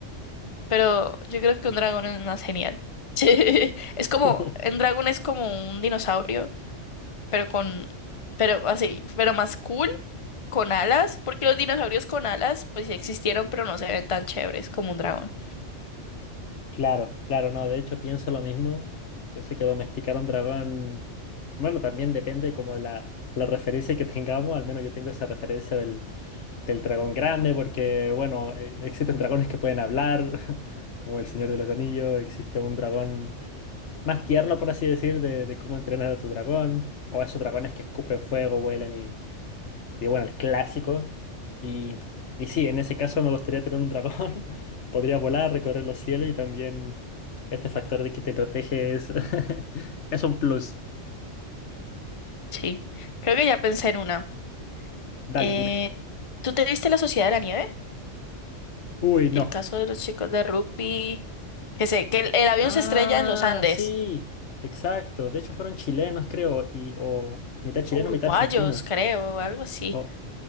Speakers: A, on the left; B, on the left.
A: pero yo creo que un dragón es más genial. <laughs> Es
B: <laughs>
A: como, un dragón es como un dinosaurio, pero con, pero así, pero más cool con alas, porque los dinosaurios con alas, pues sí existieron, pero no se ven tan chéveres como un dragón.
B: Claro, claro, no, de hecho pienso lo mismo. Yo sé que domesticar a un dragón, bueno, también depende como de la, la referencia que tengamos, al menos yo tengo esa referencia del, del dragón grande, porque bueno, eh, existen dragones que pueden hablar, <laughs> como el Señor de los Anillos, existe un dragón más tierno, por así decir, de, de cómo entrenar a tu dragón, o esos dragones que escupen fuego, vuelan y bueno, el clásico. Y, y sí, en ese caso me gustaría tener un dragón. <laughs> Podría volar, recorrer los cielos y también este factor de que te protege es, <laughs> es un plus.
A: Sí, creo que ya pensé en una.
B: Dale,
A: Eh,
B: dime.
A: ¿tú te viste La Sociedad de la Nieve?
B: Uy, no.
A: El caso de los chicos de rugby, que sé, que el, el avión
B: Ah,
A: se estrella en los Andes,
B: sí, exacto. De hecho fueron chilenos, creo, y, o mitad chileno,
A: o uruguayos,
B: mitad argentinos.
A: creo, algo así.
B: O,